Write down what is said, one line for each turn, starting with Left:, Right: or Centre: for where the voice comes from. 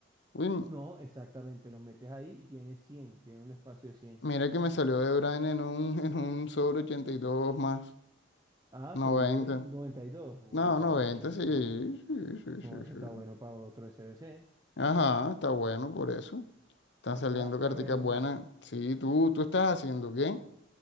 Left: Uy, m-
Right: No, exactamente, los metes ahí y tienes cien tiene un espacio de cien
Left: mira que me salió de Brian en un, <laughs> en un sobre 82 más
Right: Ah,
Left: noventa,
Right: pero un De Bruyne noventa y dos uy,
Left: No,
Right: está
Left: 90
Right: bien,
Left: sí,
Right: no,
Left: sí, sí, sí,
Right: no, ese
Left: sí.
Right: está bueno para otro SBC,
Left: Ajá, está bueno por eso. Están
Right: está
Left: saliendo carticas
Right: re bueno.
Left: buenas. Sí, tú, tú estás haciendo, ¿qué?